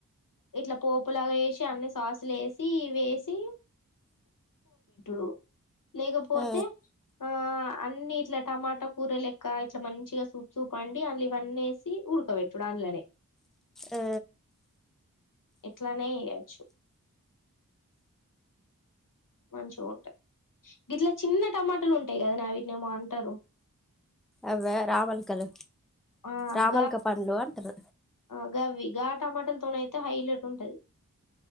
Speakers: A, on the left; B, in the centre.
A: ఇట్లా పోపు లవేషి అన్ని సాసులు వేసి ఇవేసి. డు లేకపోతే
B: ఆ
A: ఆ. అన్ని ఇట్లా టమాటా కూర లెక్క ఇట్లా మంచిగా సూప్ సూప్ అండి అండ్లో ఇవ్వన్నీసి ఉడకబెట్టుడు అండ్లానే.
B: ఆ.
A: యెట్లనేయొచ్చు. మంచిగా ఉంటై ఇట్లా చిన్న టమాటాలు ఉంటాయికదనే అవిట్లేమో అంటారు.
B: అవే రావల్ కదా.
A: ఆ
B: రామల్కా
A: గా
B: పండ్లు అంటన్న.
A: ఆ గవి గా టమాటల తన అయితే హై ఇలర్ట్ ఉంటది